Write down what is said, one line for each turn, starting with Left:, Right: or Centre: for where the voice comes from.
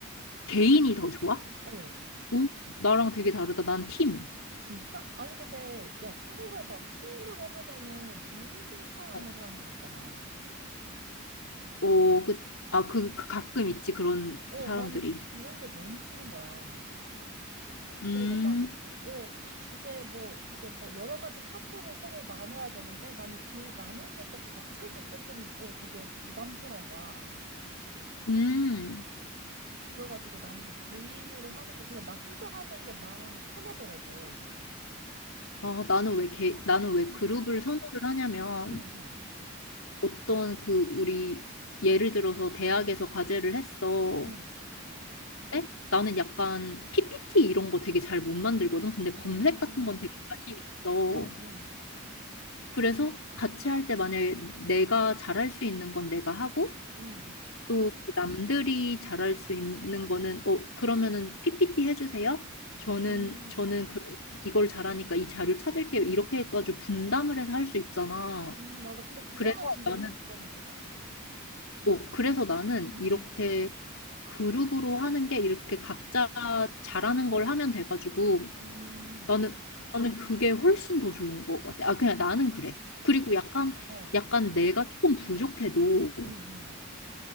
Left: 개인이 더 좋아?
Right: 어,
Left: 오, 나랑 되게 다르다. 난 팀.
Right: 진짜? 아니, 근데, 야, 생각해봐. 팀으로 하면은 무임승차하는
Left: 어,
Right: 사람들 있잖아.
Left: 어, 그, 아, 그, 그 가끔 있지, 그런
Right: 어,
Left: 사람들이.
Right: 나는 그런 게 너무 싫은 거야.
Left: 음,
Right: 그리고 막, 어, 이 주제 뭐, 이게 뭐 여러 가지 파트를 서로 나눠야 되는데 나는 그 나누는 것 자체도 조금, 어, 되게 부담스러운 거야.
Left: 음.
Right: 그래가지고 나는 좀 개인으로 하는 게, 근데 나 혼자 하는 게 마음이 편하더라고.
Left: 아, 나는 왜 개, 나는 왜
Right: 응.
Left: 그룹을 선호를 하냐면
Right: 응, 응,
Left: 어떤 그 우리 예를 들어서 대학에서 과제를 했어.
Right: 응,
Left: 근데 나는 약간 PPT 이런 거 되게 잘 못 만들거든. 근데 검색
Right: 응, 응,
Left: 같은 건 되게 자신 있어.
Right: 응,
Left: 그래서 같이 할 때 만약에 내가 잘할 수 있는 건 내가 하고
Right: 응,
Left: 또 그 남들이 잘할 수 있는 거는 어 그러면은 PPT 해주세요. 저는
Right: 응,
Left: 저는 그, 이걸 잘하니까 이 자료 찾을게요. 이렇게 해가지고 분담을 해서 할 수 있잖아.
Right: 응. 맞아. 근데 그거는
Left: 그래서
Right: 진짜
Left: 나는,
Right: 장점인 것 같다.
Left: 어, 그래서 나는
Right: 응,
Left: 이렇게
Right: 응,
Left: 그룹으로 하는 게 이렇게 각자 잘하는 걸 하면 돼가지고
Right: 응,
Left: 나는, 나는 그게 훨씬 더 좋은 것 같아. 아, 그냥 나는 그래. 그리고 약간,
Right: 어,
Left: 약간 내가 조금 부족해도
Right: 응, 응,